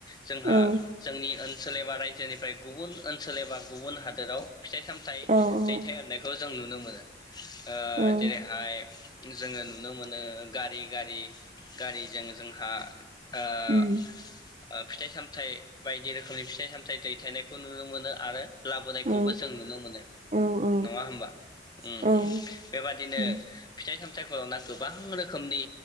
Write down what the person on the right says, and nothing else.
औ
औ औ
औ
उम
औ
औ औ
औ
उम